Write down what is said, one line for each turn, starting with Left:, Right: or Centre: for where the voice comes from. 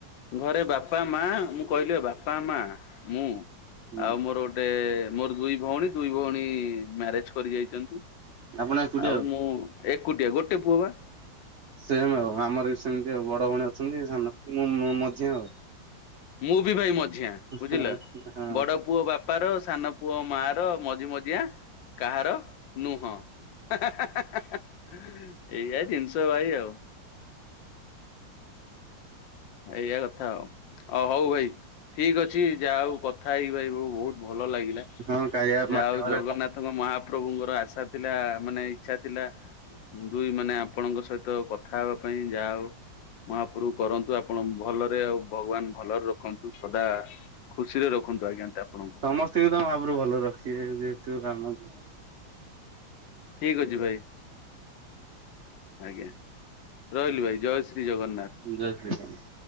Left: ଘରେ ବାପା ମା ମୁଁ କହିଲି ବାପା ମା ମୁଁ
Right: ହୁଁ
Left: ଆଉ ମୋର ଗୋ ଗୋଟେ ମୋର ଦୁଇ ଭଉଣୀ ଦୁଇ ଭଉଣୀ ମ୍ୟାରେଜ କରି ଯାଇଚନ୍ତି।
Right: ଆପଣ ଏକୁଟିଆ
Left: ଆଉ ମୁଁ ଏକୁଟିଆ ଗୋଟେ ପୁଅବା।
Right: ସେମ୍ ଆଉ ଆମରବି ସେମିତି ଆଉ ବଡ଼ ଭଉଣୀ ଅଛନ୍ତି ସାନ ମୁଁ ମୁଁ ମଝିଆ ଆଉ।
Left: ମୁଁ ବି ଭାଇ ମଝିଆ ବୁଝିଲ
Right: ହଁ
Left: ବଡ଼ ପୁଅ ବାପା ର ସାନ ପୁଅ ମା ର ମଝି ମଝିଆ କାହାର ନୁହଁ। ଏଇଆ ଜିନିଷ ଭାଇ ଆଉ। ଏଇଆ କଥା ଆଉ ଅ ହଉ ଭାଇ ଠିକ୍ ଅଛି ଯା ହଉ କଥା ହେଇକି ଭାଇ ବହୁତ୍ ଭଲ ଲାଗିଲା
Right: ହଁ କାଳିଆ
Left: ଯାହାହଉ
Right: ମାଧ୍ୟମରେ
Left: ଜଗନ୍ନାଥ ତାଙ୍କ ମହାପ୍ରଭୁଙ୍କର ଆଶା ଥିଲା ମାନେ ଇଚ୍ଛା ଥିଲା ଦୁଇ ମାନେ ଆପଣଙ୍କ ସହିତ କଥା ହେବା ପାଇଁ ଯାହା ହଉ ମହାପ୍ରଭୁ କରନ୍ତୁ ଆପଣ ଭଲରେ ଆଉ ଭଗବାନ୍ ଭଲରେ ରଖନ୍ତୁ ସଦା ଖୁସିରେ ରଖନ୍ତୁ ଆଜ୍ଞା। ଆପଣଙ୍କୁ
Right: ସମସ୍ତଙ୍କିତ ମହାପ୍ରଭୁ ଭଲ ରଖିବେ ଯେହେତୁ ଆମକୁ
Left: ଠିକି ଅଛି ଭାଇ ଆଜ୍ଞା ରହିଲି ଭାଇ ଜୟ ଶ୍ରୀ ଜଗନ୍ନାଥ।
Right: ଜୟ ଶ୍ରୀ ରାମ।